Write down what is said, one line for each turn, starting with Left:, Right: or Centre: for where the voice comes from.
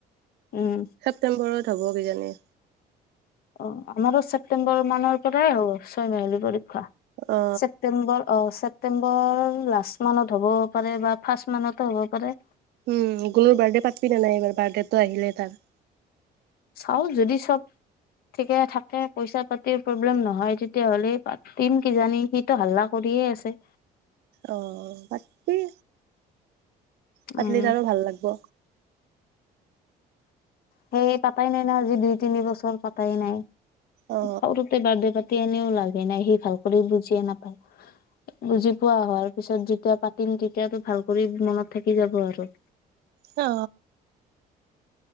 Left: উম
Right: ছেপ্টেম্বৰ হ'ব কিজানি?
Left: অ আমাৰটো ছেপ্টেম্বৰ মানৰ পৰাই হ'ব ছয় মাহেলি পৰী ছেপটেম্বৰ
Right: অ
Left: অ ছেপ ছেপ্টেম্বৰ লাষ্ট মানত হ'ব পাৰে বা ফাৰ্ষ্ট মানতো হ'ব পাৰে।
Right: উম গুণোৰ বাৰ্থডে পাতবি নাই এইবাৰ বাৰ্থডেতটো আহিলে তাৰ।
Left: চাও যদি চব ঠিকে থাকে পইচা পাতি প্ৰব্লেম নহয় তেতিয়াহ'লে পাতিম কিজানি সি টো হাল্লা কৰিয়ে আছে।
Right: অ তাকেই পাতিলি
Left: উম
Right: আৰু ভাল লাগব।
Left: সেই পাতাই নাই নহয় আজি দুই তিনি বছৰ পাতাই নাই
Right: অ
Left: সৰুতে বাৰ্থদে পা পাতি এনেও লাভেই নাই সি ভাল কৰি বুজিয়ে নাপায়। বুজি পোৱা হোৱাৰ পিছত যেতিয়া পাতিম তেতিয়াটো ভাল কৰি মনত থাকি যাব আৰু।
Right: অ।